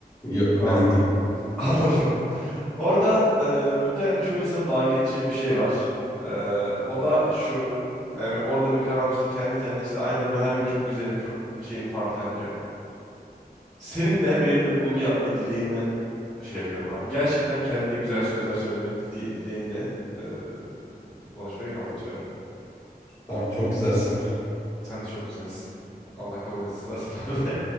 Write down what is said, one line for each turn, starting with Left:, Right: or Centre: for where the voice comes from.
Left: Yok
Centre: Anladım.
Left: benlik değil.
Centre: <laughs> Anladım. Orada e, muhtemelen çoğu insanın dalga geçeceği bir şey var. E, o da şu. Hani orada Mikaran işte kendi kendine işte aynada ben her gün çok güzelim, çok şeyim falan filan diyor. Senin de benim de bunu yapma dileğimi şey yapıyorum abi. Gerçekten kendine güzel sözler söyleme dile dileğiyle e, bu konuşmayı kapatıyorum.
Left: Tamam çok güzelsin
Centre: Sen de çok güzelsin. Allah kabul etsin. <laughs> Bye bye.